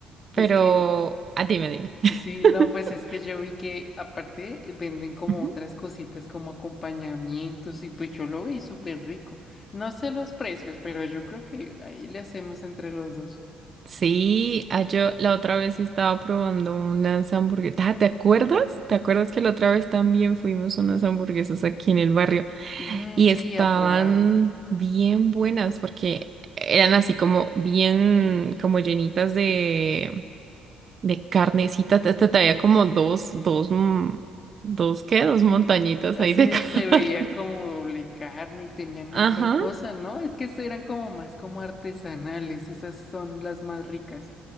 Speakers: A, on the right; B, on the left.
A: pero
B: Es que,
A: ah, dime, dime. <laughs>
B: sí, no, pues es que yo vi que aparte venden como
A: Ujú.
B: otras cositas como acompañamientos y pues yo lo vi súper rico. No sé los precios, pero yo creo que ahí le hacemos entre los dos.
A: Sí, ah, yo la otra vez estaba probando unas hamburguesas. Ah, ¿te acuerdas? ¿Te acuerdas que la otra vez también fuimos a unas hamburguesas aquí en el barrio?
B: Mm,
A: Y
B: sí,
A: estaban
B: a probar.
A: bien buenas porque eran así como bien, como llenitas de, de carnecita. Te, te- te había como dos, dos, mm, dos, ¿qué? Dos montañitas ahí
B: Sí,
A: de <laughs>
B: se veían
A: carne.
B: como doble carne y tenían otra
A: Ajá.
B: cosa, ¿no? Es que eran como más como artesanales, esas son las más ricas.